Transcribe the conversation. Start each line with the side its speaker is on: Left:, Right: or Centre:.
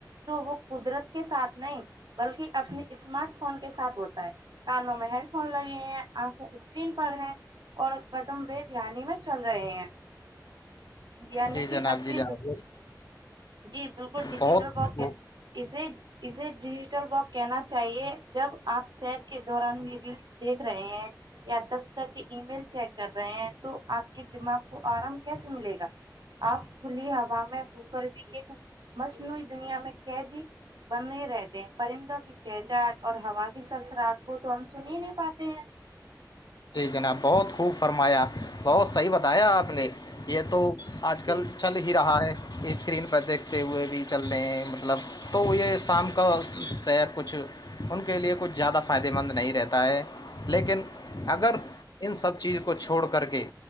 Right: تو وہ قدرت کے ساتھ نہیں بلکہ اپنے اسمارٹ فون کے ساتھ ہوتا ہے کانوں میں ہیڈ فون لگے ہیں آنکھیں اسکرین پر ہے اور قدم و دھیانی میں چل رہے ہیں یعنی
Left: جی
Right: کہ
Left: جناب
Right: اپنے
Left: جی جناب
Right: دکھ جی بالکل ڈیجیٹل
Left: بہت
Right: باک اسے اسے ڈیجیٹل باک کہنا چاہیے جب آپ سیر کے دوران بھی ریلس دیکھ رہے ہیں یا دفتر کے ای میل چیک کر رہے ہیں تو آپ کے دماغ کو آرام کیسے ملے گا آف کھلی ہوا میں ہو کر بھی ایک مصنوعی دنیا میں کہہ دی بن رہ رہتے پرندوں کی چہجہٹ اور ہوا کی سرسرات کو تو ہم سن ہی نہیں پاتے ہیں
Left: جی جناب بہت خوب فرمایا بہت صحیح بتایا آپ
Right: جی
Left: نے یہ تو آج
Right: جی
Left: کل چل ہی رہا ہے اسکرین پر دیکھتے ہوئے بھی چل رہے ہیں مطلب تو یہ شام کا سیر کچھ ان کے لیے کچھ زیادہ فائدہ مند نہیں رہتا ہے لیکن اگر
Right: جی
Left: ان سب چیز کو چھوڑ کر کے